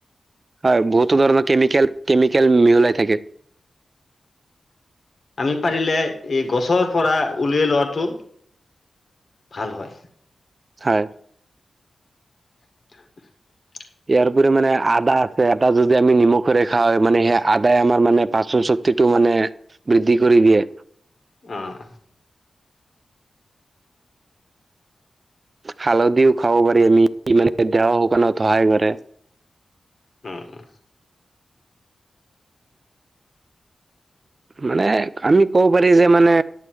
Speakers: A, on the right; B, on the left.
A: হয় বহুতো ধৰণৰ কেমিকেল কেমিকেল মিহলাই থাকে।
B: আমি পাৰিলে এই গছৰ পৰা উলিয়াই লোৱাটো ভাল হয়।
A: হয়।
B: <unintelligible>
A: ইয়াৰউপৰি মানে আদা আছে, আদা যদি আমি নিমখেৰে খাওঁ মানে সেই আদাই আমাৰ মানে পাচন চ শক্তিটো মানে বৃদ্ধি কৰি দিয়ে।
B: আহ
A: হালধিও খাব পাৰি আমি মানে দেহা শুকানত সহায় কৰে।
B: উম উম
A: মানে আমি ক'ব পাৰি যে মানে